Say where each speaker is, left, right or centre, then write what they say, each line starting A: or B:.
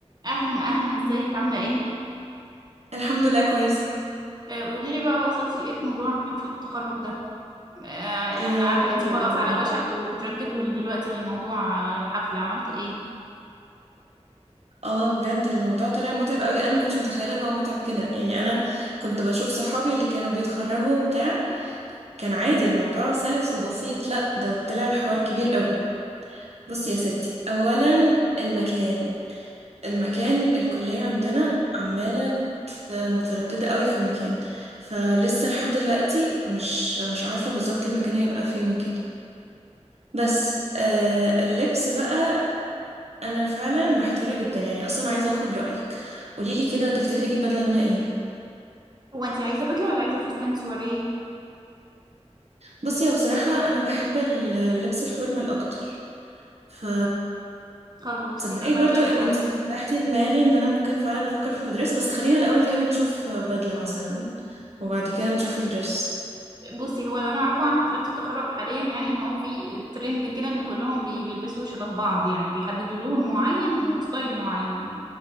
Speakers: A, on the right (about 35°); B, on the right (about 65°).
A: اهلا اهلا ازيك عامله ايه
B: الحمد لله كويسة
A: آه، قولي لي بقى وصلتي لايه في موضوع حفله التخرج ده آه،
B: يا
A: انا عارفه ان انتي
B: يا
A: خلاص
B: لهوي
A: على وشك وبترتبوا دلوقتي للموضوع آه، الحفله عملتوا ايه
B: اه بجد الموضوع طلع متعب قوي انا ما كنتش متخيله ان هو متعب كده يعني انا كنت بشوف صحابي اللي كانوا بيتخرجوا بتاع كان عادي الموضوع سلس وبسيط لا ده طلع الحوار كبير قوي بصي يا ستي اولا المكان المكان الكليه عندنا عماله متردده قوي في المكان فلسه لحد دلوقتي مش مش عارفه بالظبط المكان هيبقى فين وكده بس آه اللبس بقى انا فعلا محتاره جدا يعني اصلا عايزه اخد رايك قوليلي كده تفتكري اجيب بدله لونها ايه
A: هو انتي عايزه بدله ولا عايزه فستان سواريه
B: بصي هو بصراحه انا بحب اللبس الفورمال اكتر ف
A: خلاص
B: تصدقي
A: يبقى بدله
B: برضو
A: كويس
B: انت فتحتي دماغي ان انا ممكن فعلا افكر في دريس بس خلينا الاول كده نشوف بدله مثلا وبعد كده نشوف الدريس
A: بصي هو اللي انا اعرفه عن حفلات التخرج حاليا يعني ان هو في ترند كده ان كلهم بي- بيلبسوا شبه بعض يعني بيحددوا لون معين وستايل معين